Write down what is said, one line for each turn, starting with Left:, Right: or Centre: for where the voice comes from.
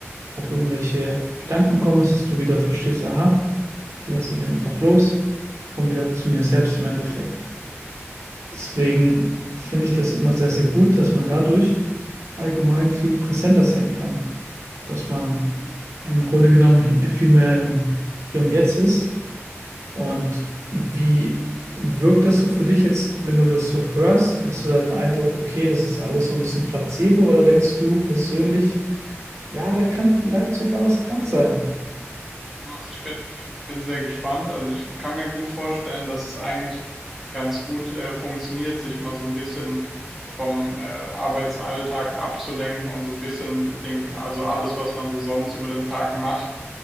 Right: auf irgendwelche Gedanken kommst, dass du wieder verstehst, aha, die lasse ich einfach los, komm wieder zu mir selbst im Endeffekt. Deswegen finde ich das immer sehr, sehr gut, dass man dadurch allgemein viel präsenter sein kann. Dass man
Centre: Mhm.
Right: im Grunde genommen hi- viel mehr im Hier und Jetzt ist. Und wie wirkt das so für dich jetzt, wenn du das so hörst? Hast du da den Eindruck, okay, das ist alles so ein bisschen Placebo? Oder denkst du persönlich, ja, da kann vielleicht sogar was dran sein?
Centre: Mhm, Also ich bin, bin sehr gespannt. Also ich kann mir gut vorstellen, dass es eigentlich ganz gut äh, funktioniert, sich mal so ein bisschen vom äh, Arbeitsalltag abzulenken und so ein bisschen den, also alles, was man so sonst über den Tag macht